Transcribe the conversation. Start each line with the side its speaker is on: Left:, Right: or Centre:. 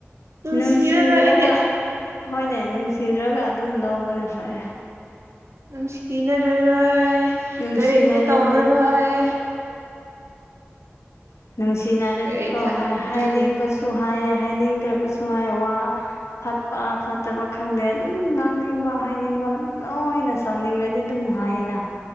Right: ꯅꯨꯡꯁꯤꯔꯔꯣꯏ
Left: ꯅꯨꯡꯁꯤꯗ꯭ꯔꯒ
Right: ꯑꯩꯗꯤ
Left: ꯍꯣꯏꯅꯦ ꯅꯨꯡꯁꯤꯗ꯭ꯔꯒ ꯑꯗꯨꯝ ꯂꯧꯕꯅ ꯐꯔꯦ
Right: ꯑꯗꯨꯝ ꯁꯤ ꯁꯤꯟꯅꯔꯔꯣꯏ
Left: ꯅꯨꯡꯁꯤꯅꯔꯗꯤ
Right: ꯀꯔꯤꯝꯇ ꯇꯧꯔꯔꯣꯏ
Left: ꯅꯨꯡꯁꯤꯅꯔꯗꯤꯀꯣ
Right: ꯀꯔꯤ
Left: ꯍꯥꯏꯅꯤꯡꯕꯁꯨ
Right: ꯎꯝ
Left: ꯍꯥꯏꯌꯦ ꯍꯥꯏꯅꯤꯡꯗ꯭ꯔꯕꯁꯨ ꯍꯥꯏ ꯋꯥ ꯐꯠꯄ ꯐꯠꯇꯕ ꯈꯪꯗꯦ ꯑꯗꯨꯝ ꯁꯥꯎꯅꯤꯡꯕ ꯍꯥꯏꯅꯤꯡꯕ ꯂꯣꯏꯅ ꯁꯥꯎꯅꯤꯡꯂꯗꯤ ꯑꯗꯨꯝ ꯍꯥꯏꯌꯦꯅ